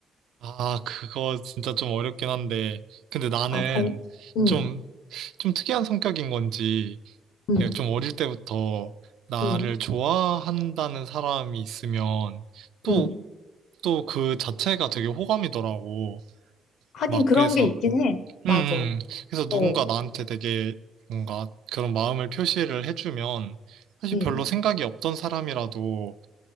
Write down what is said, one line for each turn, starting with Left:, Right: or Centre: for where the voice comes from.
Right: 아, 그거 진짜 좀 어렵긴 한데. 근데 나는
Left: 아, 정, 음,
Right: 좀 좀 특이한 성격인 건지,
Left: 음,
Right: 이게 좀 어릴 때부터 나를
Left: 음,
Right: 좋아한다는 사람이 있으면 또,
Left: 음.
Right: 또 그 자체가 되게 호감이더라고.
Left: 하긴
Right: 막
Left: 그런
Right: 그래서,
Left: 게 있긴 해. 맞아.
Right: 음, 음. 그래서
Left: 어,
Right: 누군가 나한테 되게 뭔가 그런 마음을 표시를 해주면 사실
Left: 음,
Right: 별로 생각이 없던 사람이라도